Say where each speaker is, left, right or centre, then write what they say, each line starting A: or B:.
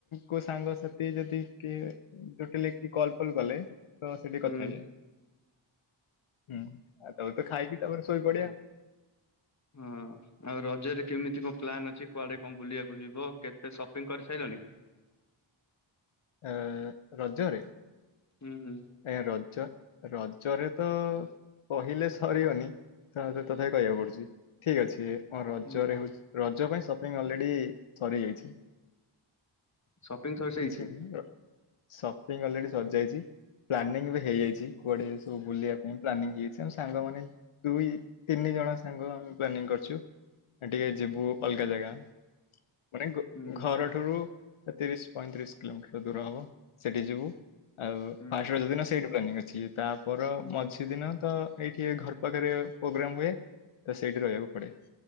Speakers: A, on the left; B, on the left.
A: କୋଉ ସାଙ୍ଗସଥି ଯଦି କିଏ ଯୁଟିଲେ କି କଲ ଫଲ କଲେ ତ ସେଠି
B: ହୁଁ
A: କଥା ହେଇଯାଏ ହୁଁ ଆଉ ତାପରେ ତ ଖାଇକି ତାପରେ ଶୋଇପଡେ।
B: ହଁ ଆଉ ରଜରେ କେମିତି କଣ ପ୍ଲନ୍ ଅଛି କୁଆଡେ କଣ ବୁଲିବାକୁ ଯିବ କେତେ ସପିଙ୍ଗ କରି ସାରିଲଣିି?
A: ଏ ରଜରେ?
B: ହୁଁ
A: ଏ ରଜ ରଜରେ ତ କହିଲେ ସରିବନି <unintelligible> କହିବାକୁ ପଡୁଛି ଠିକ ଅଛି। ହଁ ରଜରେ
B: ହୁଁ
A: ରଜ ପାଇଁ ସପିଙ୍ଗ ଅଲରେଡି ସରିଯାଇଛି
B: ସପିଂ ସରିଯାଇଛି
A: କିଛି <unintelligible> ସପିଙ୍ଗ ଅଲରେଡି ସରିଯାଇଚି ପ୍ଲାନିଂ ଏ ହେଇଯାଇଛି କୁଆଡେ ସବୁ ବୁଲିବା ପାଇଁ ପ୍ଲାନିଂ ହେଇଯାଇଛି ଆମ ସାଙ୍ଗ ମାନେ ଦୁଇ ତିନି ଜଣ ସାଙ୍ଗ ଆମେ ପ୍ଲାନିଂ କରଛୁ ଟିକେ ଯିବୁ ଅଲଗା ଜାଗା। <unintelligible>
B: ହୁଁ
A: ଘରଠାରୁ ତିରିଶ ପଇଁତିରିଶ କିଲୋମିଟର ଦୂର ହବ ସେଠି ଯିବୁ। ଆଉ
B: ହୁଁ
A: ଫାଷ୍ଟ ରାଜ ଦିନ ସେଇଠୁ ପ୍ଲାନିଂ ଅଛି। <unintelligible> ତାପର
B: ହୁଁ
A: ମଝିଦିନ ତ ଏଇଠି ଏ ଘର ପାଖରେ ପ୍ରୋଗ୍ରାମ ହୁଏ ତ ସେଇଠି ରହିବାକୁ ପଡ଼େ।